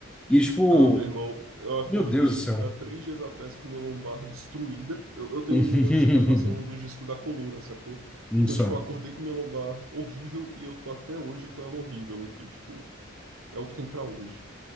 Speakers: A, in the centre; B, on the right (about 85°).
A: e, tipo,
B: Ah, meu irmão, eu acordei
A: meu Deus do céu.
B: há três dias atrás com minha lombar destruída. Eu, eu tenho
A: <laughs>
B: uma desidratação num dos discos da coluna, sacou? Então,
A: Só.
B: tipo, eu acordei com minha lombar horrível e eu tô até hoje com ela horrível aqui. Tipo, é o que tem pra hoje.